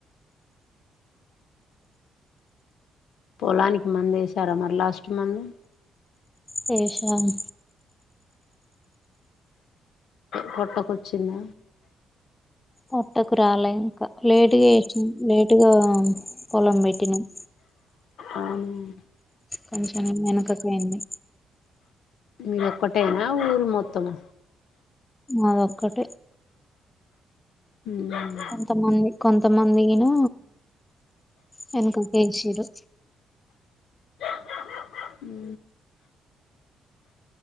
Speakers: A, on the left (about 75°); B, on the left (about 15°).
A: పొలానికి మందు వేసారా మరి లాస్ట్ మంత్
B: వేసాను
A: పొట్టకొచింద
B: పోట్టకు రాలే ఇంక లేటుగా వేసాం లేటుగా పొలం పెట్టినాము
A: ఆవును
B: కొంచెం వెనుకపోయింది
A: ఉ ఒక్కటేనా ఊరు మొత్తము
B: అదొక్కటి
A: ఉమ్.
B: కొంతమంది కొంతమందికిను వెనకకువేసిడు
A: ఉ